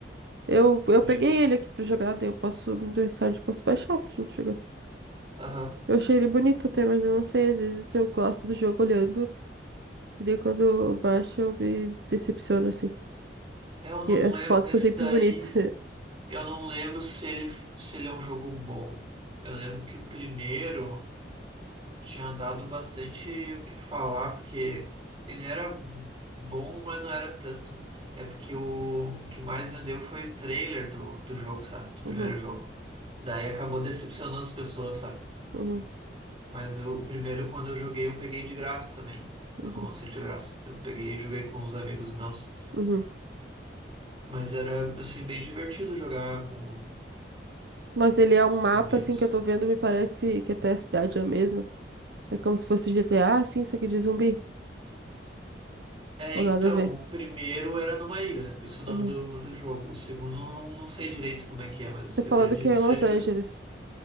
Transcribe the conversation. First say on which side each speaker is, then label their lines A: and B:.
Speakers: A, on the right; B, on the right.
A: Eu, eu
B: acho
A: peguei
B: que.
A: ele aqui pra jogar, daí eu posso, no meu estádio, posso baixar pra gente jogar.
B: Aham.
A: Eu achei ele bonito até, mas eu não sei, às vezes eu gosto do jogo olhando, e daí quando eu baixo eu me decepciono, assim.
B: Eu não
A: E as
B: lembro.
A: fotos
B: Esse
A: são sempre
B: daí.
A: bonitas. <laughs>
B: Eu não lembro se ele, se ele é um jogo bom. Eu lembro que o primeiro tinha dado bastante o que falar, porque ele era bom, mas não era tanto. É porque o, o que mais vendeu foi o trailer do, do jogo, sabe? Do primeiro
A: Uhum,
B: jogo. Daí acabou decepcionando as pessoas, sabe?
A: uhum,
B: Mas eu- o primeiro, quando eu joguei, eu peguei de graça também. Quando
A: uhum,
B: lançou de graça. Eu peguei e joguei com uns amigos meus.
A: uhum.
B: Mas era, assim, bem divertido jogar com,
A: Mas ele é um mapa,
B: com amigos.
A: assim, que eu tô vendo, me parece que até a cidade é a mesma. É como se fosse GTA, assim, só que de zumbi.
B: É,
A: Ou
B: então,
A: nada a ver.
B: o primeiro era numa ilha, né? Por isso o nome
A: Aham.
B: do, do jogo. O segundo, eu não, não sei direito como é que é, mas
A: Você
B: eu
A: falou
B: acredito
A: do que é
B: que
A: em
B: seja.
A: Los Angeles.